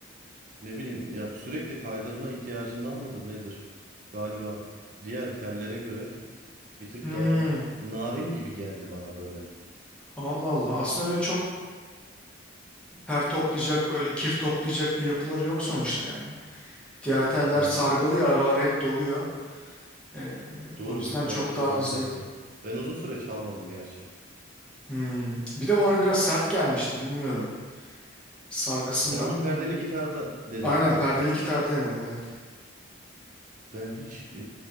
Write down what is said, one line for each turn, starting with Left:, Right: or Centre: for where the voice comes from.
Right: ne bileyim ya sürekli kaydırma ihtiyacından mıdır nedir? Galiba diğer tellere göre bir tık
Centre: Hmm.
Right: daha narin gibi geldi bana böyle.
Centre: Allah Allah. Aslında öyle çok ter toplayacak, öyle kir toplayacak bir yapıları yok sonuçta yani. Diğer teller
Right: Hı.
Centre: sargılı ya araları hep doluyor. Ee,
Right: Doğru
Centre: o yüzden
Right: bir-
Centre: çok
Right: belki de
Centre: daha
Right: tam
Centre: hızlı.
Right: tersi.
Centre: yap-
Right: Ben uzun süre çalmadım gerçi.
Centre: Hmm. Bir de bana biraz sert gelmişti bilmiyorum. Sargısından
Right: Sen onu
Centre: mı
Right: perdeli
Centre: hani?
Right: gitarda denedin
Centre: Aynen
Right: tabii.
Centre: perdeli gitar denedim evet.
Right: Ben hiç e,